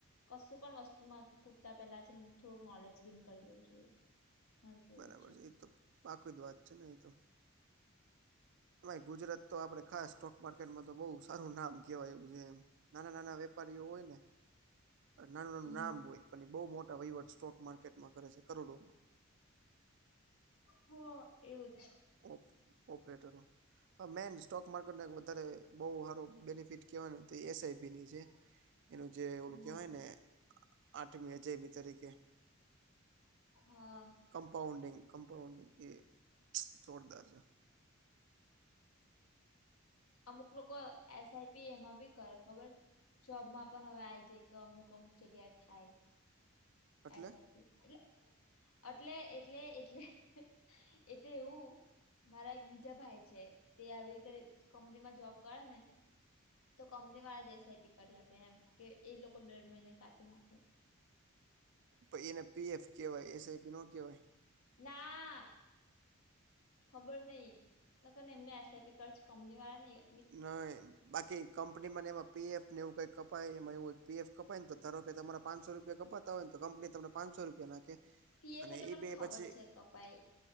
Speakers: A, on the left (about 85°); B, on the right (about 55°).
A: કશું પણ વસ્તુમાં કૂદતા પેલા છે ને થોડુંક લીન નોલેજ કરી લેવું જોઈએ મારું તો એવું
B: બરાબર છે એ તો પાકી વાત છે એ તો એમાઇ ગુજરાત તો આપડે ખાસ સ્ટોક માર્કેટમાં તો બહુ સારું નામ કહેવાય એવું છે એમ નાના નાના વેપારીઓ હોય ને નાનું નાનું
A: હમ
B: નામ હોય પણ એ બહુ મોટા વહીવટ સ્ટોક માર્કેટમાં કરે છે કરોડોમાં
A: હ એવું જ
B: ઓપ ઓપરેટરો મેન સ્ટોક માર્કેટને વધારે બહ હારો બેનિફિટ કેહેવાય તો એ એસ આ ઈપી ની છે.
A: <inaudible>
B: એનું જે ઓલું
A: હમ
B: કેવાય ને આઠમી અજય બી તરીકે
A: હા
B: કમપઉડિંગ કંપઉન્ડિંગ એ જોરદાર છે.
A: અમુક લોકો એસ આઈ પી એમાં બી કરે ખબર જોબમાં પણ આય જે કે અમુક અમુક જગ્યાએ થાય
B: છે એટલે
A: એસ આઈ પી એટલે એટલે એટલે એટલે એટલે એવું મારા એક બીજા ભાઈ છે તે આવી રીતે કંપનીમાં જોબ કરે ને તો કંપની વાળા એસ આઈ પી કરી આપે એમ કે એ લોકો દર મહિને કાપી નાખે
B: એ એને પી એફ કહેવાય એસ આઈ પી નો કેવાઇ
A: ના ખબર નઈ <unintelligible>
B: નઈ બાકી કંપનીમાંને એમાં પીએફને એવું કંઈ કપાય એમાં એવું હોય કે પીએફ કપાય તો ધારો કે તમારા પાંચસો રૂપિયા કપાત તા હોય ને તો કંપની તમને પાચસો રૂપિયા નાખે
A: પીએફ
B: અને
A: એટલે મને
B: એ બે
A: ખબર
B: પછી
A: છે કપાઈ